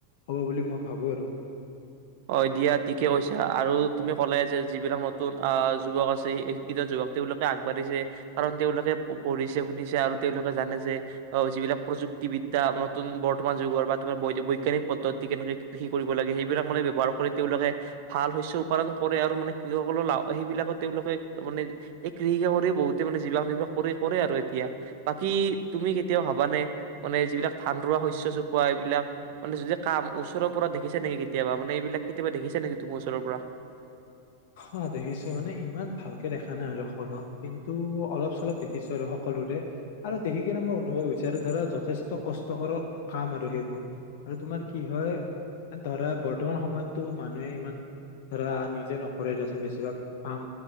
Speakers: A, on the left; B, on the right.
A: হব বুলি মই ভাবো আৰু
B: অ দিয়া ঠিকে কৈছা আৰু তুমি ক'লে যে যিবিলাক নতুন আহ যুৱক আছে শিক্ষিত যুৱক তেওঁলোকে আগবাঢ়িছে কাৰণ তেওঁলোকে পঢ়িছে শুনিছে আৰু তেওঁলোকে জানে যে অ যিবিলাক প্ৰযুক্তিবিদ্যা নতুন বৰ্তমান যুগৰ বা তোমাৰ বৈজ্ঞানিক পদ্ধতি কেনেকে কৃষি কৰিব লাগে সেইবিলাক মানে বাৰ কৰি তেওঁলোকে ভাল হৈছে উপাৰ্জন কৰে আৰু মানে কৃষক সকলৰ লা সেইবিলাকো তেওঁলোকে মানে এই কৃষিকা কৰি বহুতে মানে জীৱিকা নিৰ্বাহ কৰি কৰে আৰু এতিয়া বাকী তুমি কেতিয়াও ভাবানে মানে যিবিলাক ধান ৰোৱা শস্য চপোৱা এইবিলাক মানে য কাম ওচৰৰ পৰা দেখিছা নেকি কেতিয়াবা মানে এইবিলাক কেতিয়াবা দেখিছা নেকি তুমি ওচৰৰ পৰা
A: অ দেখিছো মানে ইমান ভালকে দেখা নাই আৰু সকলো কিন্তু অলপ চলপ দেখিছো আৰু সকলোৰে আৰু দেখি কিনে মোৰ অনুভৱ হৈছে আৰু ধৰা যথেষ্ট কষ্টকৰ কাম আৰু সেইবোৰ আৰু তোমাৰ কি হয় ধৰা বৰ্তমান সময়তো মানুহে ইমান ধৰা নিজে ন কৰে দিয়চোন বেছিভাগ কাম